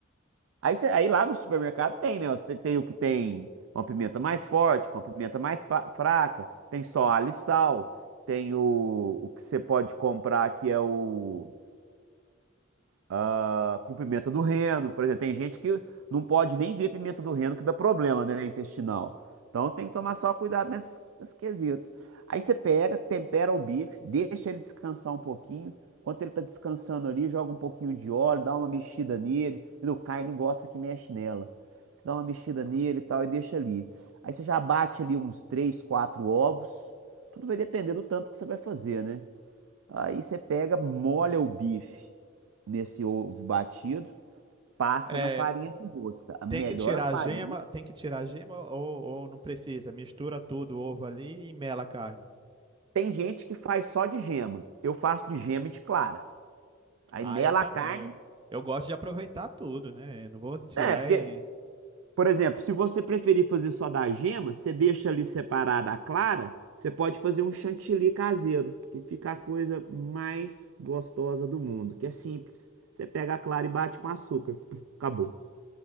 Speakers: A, on the right; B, on the right.
A: Aí, você- aí lá no supermercado tem, né? Tem, tem o que tem uma pimenta mais forte, com a pimenta mais fa- fraca. Tem só alho e sal. Tem o, o que você pode comprar que é o ah, com pimenta do reino, por exemplo. Tem gente que não pode nem ver pimenta do reino que dá problema, né, intestinal. Então tem que tomar só cuidado nesse, nesse quesito. Aí você pega, tempera o bife, deixa ele descansar um pouquinho. Enquanto ele tá descansando ali, joga um pouquinho de óleo, dá uma mexida nele. Entendeu? Carne gosta que mexe nela. Você dá uma mexida nele e tal e deixa ali. Aí você já bate ali uns três, quatro ovos. Tudo vai depender do tanto que você vai fazer, né? Aí você pega, molha o bife nesse ovo batido, passa
B: É,
A: na farinha de rosca. A melhor
B: tem que tirar
A: farinha.
B: a gema, tem que tirar a gema ou, ou não precisa? Mistura tudo, o ovo ali e mela a carne.
A: Tem gente que faz só de gema. Eu faço de gema e de clara. Aí
B: Ah,
A: mela
B: eu também.
A: a carne.
B: Eu, eu gosto de aproveitar tudo, né? Eu não vou tirar
A: É, porque,
B: e.
A: por exemplo, se você preferir fazer só da gema, você deixa ali separada a clara, você pode fazer um chantilly caseiro, que fica a coisa mais gostosa do mundo, que é simples. Você pega a clara e bate com açúcar. Puf, Acabou.